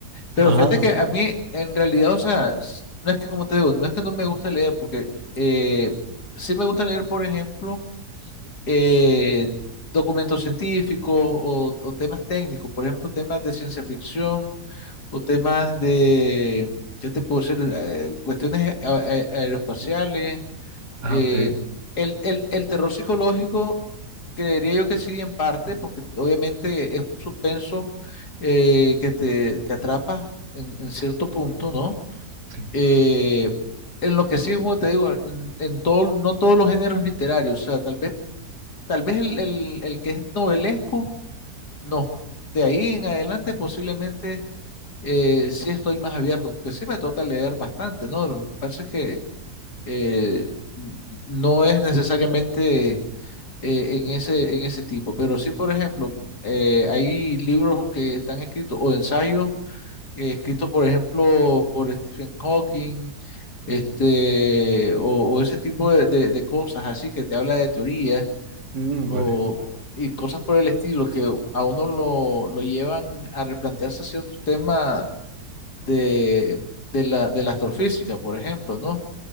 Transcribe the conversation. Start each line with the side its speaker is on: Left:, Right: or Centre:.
Left: Pero
Right: Ah,
Left: fíjate que a mí, en realidad, o sea, s- no es que, como te digo, no es que no me guste leer, porque eh, sí me gusta leer, por ejemplo, eh, documentos científicos o, o temas técnicos, por ejemplo, temas de ciencia ficción o temas de, ¿qué te puedo decir? Eh, cuestiones a- a- aeroespaciales.
Right: ah,
Left: eh,
Right: ok,
Left: el, el, el terror psicológico, creería yo que sí, en parte, porque obviamente es un suspenso eh, que te, te atrapa en, en cierto punto, ¿no?
Right: sí.
Left: Eh, en lo que sí, como te digo, en, en todo, no todos los géneros literarios, o sea, tal vez, tal vez el, el, el que es novelesco, no. De ahí en adelante posiblemente eh, sí estoy más abierto, porque sí me toca leer bastante, ¿no? Lo que pasa es que eh, n- no es necesariamente eh, en ese, en ese tipo, pero sí, por ejemplo, eh, hay libros que están escritos o ensayos eh, escritos, por ejemplo, por Stephen Hawking, este, o, o ese tipo de, de- de cosas así que te habla de teoría.
Right: Mm,
Left: O,
Right: vale,
Left: y cosas por el estilo que a uno lo, lo llevan a replantearse ciertos temas de, de la, de la astrofísica, por ejemplo, ¿no?